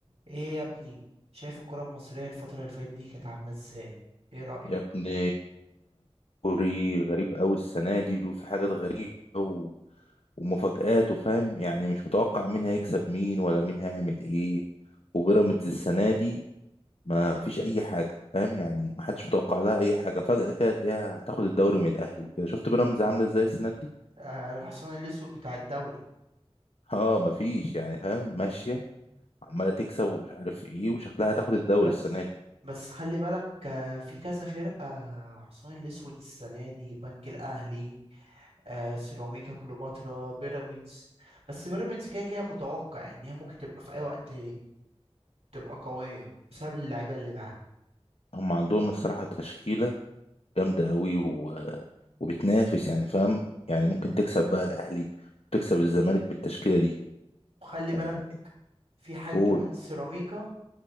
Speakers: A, on the right; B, on the left.
A: ايه يا ابني شايف الكرة المصرية الفترة اللي فاتت دي كانت عاملة ازاي ايه رأيك
B: يا ابني كوري غريب قوي السنة دي وفي حاجات غريبة و... ومفاجآت وفاهم يعني مش متوقع مين هيكسب مين ولا مين هيعمل ايه وبيراميدز السنة دي ما فيش أي حاجة فاهم يعني ما حدش متوقع لها أي حاجة فجأة كده تلاقيها هتاخد الدوري من الأهلي وكده شفت بيراميدز عاملة ازاي السنة دي؟
A: آه الحصان الاسود بتاع الدوري
B: اه ما فيش يعني فاهم ماشية عمالة تكسب ومش عارف ايه وشكلها هتاخد الدوري
A: بس
B: السنة دي
A: بس خلي بالك آه في كذا فرقة آه، حصان الاسود السنة دي بنك الاهلي آه سيراميكا كليوباترا بيراميدز بس بيراميدز كده كده متوقع ان هي ممكن تبقى في اي وقت تبقى قوية بسبب اللعيبة اللي معاها
B: هم عندهم الصراحة تشكيلة جامدة قوي و... وبتنافس يعني فاهم يعني ممكن تكسب بقى الأهلي وتكسب الزمالك بالتشكيلة دي
A: وخلي بالك
B: يعني
A: في حاجة
B: قول
A: كمان سيراميكا